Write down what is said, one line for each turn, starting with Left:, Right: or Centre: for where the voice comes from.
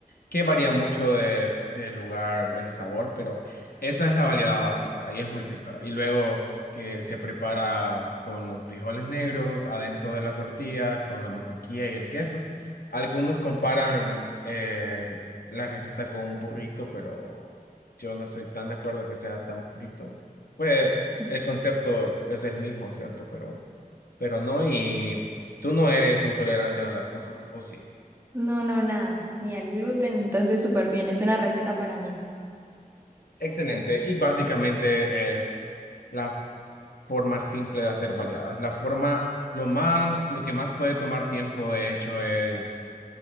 Left: Que varía mucho de, de lugar el sabor, pero esa es la baleada básica y es muy rica. Y luego que se prepara con los frijoles negros adentro de la tortilla, con la mantequilla y el queso. Algunos comparan eh, la receta con un burrito, pero yo no estoy tan de acuerdo que sea tan burrito. Pues
Right: <laughs>
Left: el concepto es el mismo, ¿cierto? Pero, pero no, y tú no eres intolerante a la lactosa, ¿o sí?
Right: No, no, nada, ni al gluten, entonces súper bien, es una receta para mí.
Left: Excelente. Y básicamente es la forma simple de hacer baleadas. La forma, lo más, lo que más puede tomar tiempo, de hecho, es